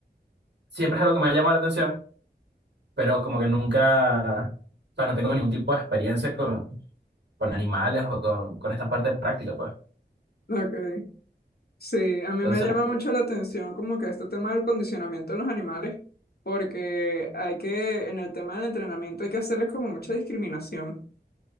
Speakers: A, on the right; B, on the left.
A: siempre es algo que me ha llamado la atención, pero como que nunca, o sea, no tengo ningún tipo de experiencia con, con animales o con, con esta parte práctica, pues.
B: Ok. Sí, a mí
A: Entonces,
B: me llama mucho la atención como que este tema del condicionamiento de los animales, porque hay que, en el tema del entrenamiento hay que hacerles como mucha discriminación